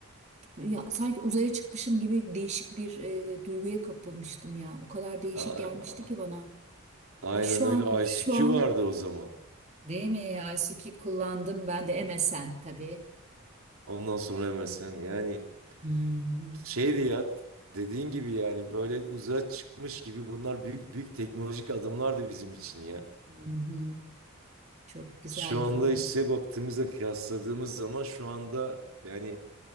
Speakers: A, on the right; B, on the right.
A: ya sanki uzaya çıkmışım gibi değişik bir e, duyguya kapılmıştım ya. O kadar değişik
B: A-
A: gelmişti
B: a-
A: ki bana.
B: Aynen
A: Ay şu
B: öyle
A: an şu
B: ICQ
A: an
B: vardı o zaman.
A: değil mi? ICQ kullandım ben de MSN tabii.
B: Ondan sonra MSN yani
A: Hmm.
B: Şeydi ya dediğin gibi yani böyle uzağa çıkmış gibi bunlar büyük büyük teknolojik adımlardı bizim için ya.
A: Hı hı. Çok güzel
B: Şu anda
A: yıllardı.
B: işte baktığımızda kıyasladığımız zaman şu anda yani